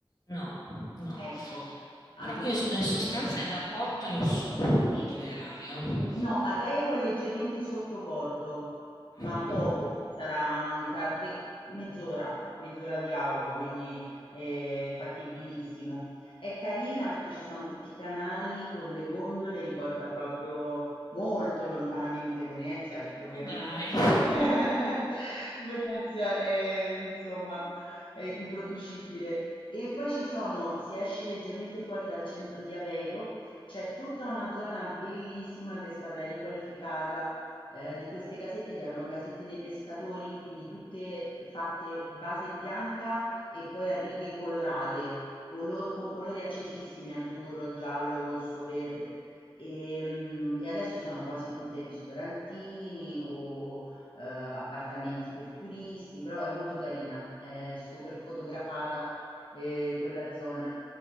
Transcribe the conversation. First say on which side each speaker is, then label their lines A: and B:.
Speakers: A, on the left (about 45°); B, on the left (about 65°).
A: No, no.
B: Ecco, anche
A: Però quindi,
B: questo
A: scusa, in sostanza è da Porto in su l'itinerario.
B: sì. No, Aveiro è leggermente sotto Porto, ma
A: Ah.
B: poco, sarà un qua- ve- mezz'ora, mezz'ora di auto, quindi è fattibilissimo. È carina perché ci sono tutti i canali con le gondole, ricorda proprio molto lontanamente Venezia, perché
A: Ma
B: ovviamente
A: dai.
B: <laughs> Venezia è, insomma, è irriproducibile. E poi ci sono, se esci leggermente fuori dal centro di Aveiro, c'è tutta una zona bellissima che è stata riqualificata eh, di queste casette che erano casette dei pescatori, quindi tutte fatte base bianca e poi a righe colorate, colo- con colori accesissimi, azzurro, giallo, rosso, verde. E, mm, e adesso sono quasi tutte ristorantini o eh, appartamenti per turisti, però è molto carina, è super fotografata eh, quella zona.